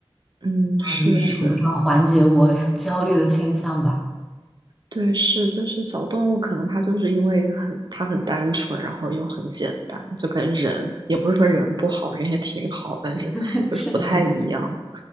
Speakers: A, on the right; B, in the centre.
A: 嗯，是是，
B: 一定程度上缓解我 <laughs> 焦虑的倾向吧。
A: 对是，就是小动物可能它就是因为很它很单纯，然后又很简单，就跟人也不是说人不好，人也挺好，但是就是不太一样。
B: <laughs> 是的，